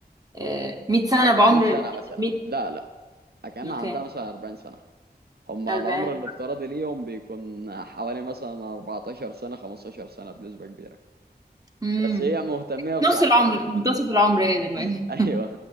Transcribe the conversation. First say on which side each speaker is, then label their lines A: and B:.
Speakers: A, on the right; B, on the right.
A: آه، 100 سنة
B: 40
A: بعمر
B: سنة مثلا
A: 100
B: لا لا كان
A: اوكي
B: عندها مثلا 40 سنة هم العمر
A: 40
B: الافتراضي ليهم بيكون حوالي مثلا 14 سنة 15 سنة بنسبة كبيرة
A: امم
B: بس هي مهتمة بصحتها
A: نص العمر في منتصف العمر هي دلوقتي
B: <laughs> ايوه